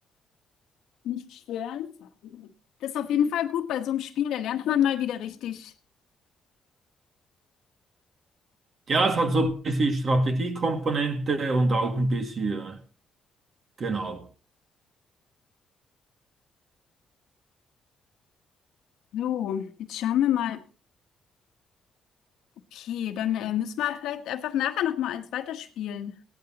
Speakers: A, on the left; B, on the right.
A: nicht stören. Das ist auf jeden Fall gut bei so einem Spiel, da lernt man mal wieder richtig.
B: Ja, es hat so ein bisschen Strategiekomponente und auch ein bisschen, äh, genau.
A: So, jetzt schauen wir mal. Okay, dann äh, müssen wir vielleicht einfach nachher nochmal eins weiterspielen.